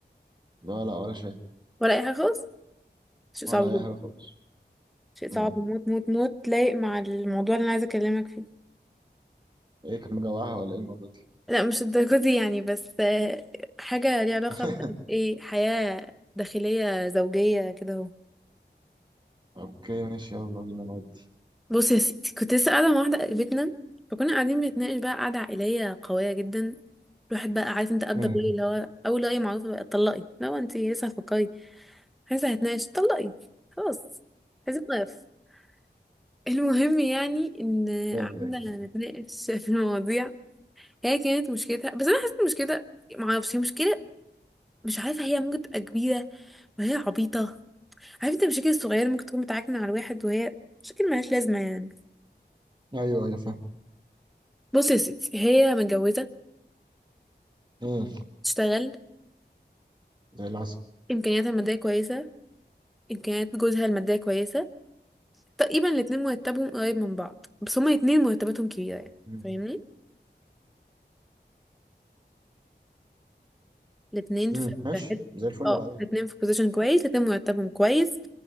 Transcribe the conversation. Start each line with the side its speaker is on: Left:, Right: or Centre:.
Right: لا لا ولا شيء
Centre: ولا اي حاجه خالص شيء
Right: ولا
Centre: صعب جدا
Right: أي حاجة خالص
Centre: شيء صعب
Right: أمم،
Centre: موت موت موت لايق مع الموضوع اللي انا عايزه اكلمك فيه
Right: إيه كان مجوعها ولا إيه المرة دي
Centre: لا مش الدرجه دي يعني بس آه، حاجه ليها علاقه
Right: <laughs>
Centre: بقى بايه حياه داخليه زوجيه كده اهو
Right: أوكي ماشي يلا بينا نودي
Centre: بص يا ستي كنت لسه قاعدة مع واحدة قريبتنا فكنا قاعدين بنتناقش بقى قعدة عائلية قوية جدا الواحد بقى عارف انت أبدأ
Right: أمم،
Centre: بيه اللي هو أول رأي معروفة بقى اتطلقي لو انت لسه هتفكري عايزة هتناقش اتطلقي خلاص عايزة نقف <laughs> المهم يعني ان
Right: لا
Centre: قعدنا
Right: لا
Centre: نتناقش في المواضيع هي كانت مشكلتها بس انا حسيت إن مشكلتها معرفش هي مشكلة مش عارفة هي ممكن تبقى كبيرة وهي عبيطة عارفة انت المشاكل الصغيرة ممكن تكون بتعكن على الواحد وهي مشاكل ملهاش لازمة يعني
Right: <laughs> أيوه أيوه فاهم
Centre: بص يا ستي هي متجوزة
Right: أمم،
Centre: تشتغل
Right: زي العسل
Centre: امكانياتها الماديه كويسه امكانيات جوزها الماديه كويسه تقريبا الاتنين مرتبهم قريب من بعض بس هما الاتنين مرتباتهم كبيره يعني
Right: أمم،
Centre: فاهمني الاتنين في
Right: أمم، ماشي
Centre: في حتة-
Right: زي الفل
Centre: اه
Right: وبعدين
Centre: الاتنين في بوزيشن كويس الاتنين مرتبهم كويس